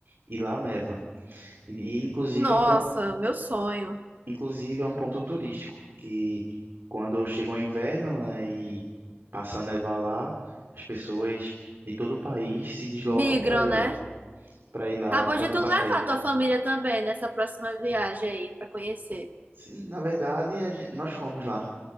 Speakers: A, on the right; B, on the right.
A: e lá neva. E, e, inclusive,
B: Nossa,
A: é um, pon-
B: meu sonho.
A: Inclusive, é um ponto turístico que, quando chega o inverno, né, e passa a nevar lá, as pessoas de todo o país se deslocam
B: Migram,
A: para ir
B: né?
A: lá, para ir lá
B: Tá bom
A: fazer
B: de tu
A: um passeio.
B: levar tua família também nessa próxima viagem aí pra conhecer.
A: Sim, na verdade, a gen- nós fomos lá.